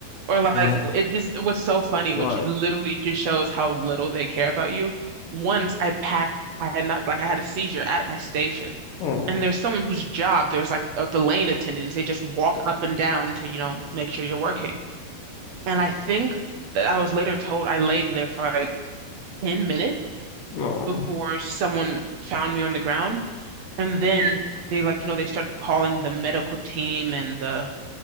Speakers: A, on the right (about 55°); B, on the left (about 70°).
A: Or like
B: what
A: it just it was so funny,
B: what
A: which literally just shows how little they care about you. Once I passed, I had not like I had a seizure at my station,
B: oh
A: and there's someone whose job there's like uh, the lane attendants. They just walk up and down to you know make sure you're working. And I think that I was later told I laid there for like 10 minutes
B: no
A: before someone found me on the ground, and then they like you know they started calling the medical team and the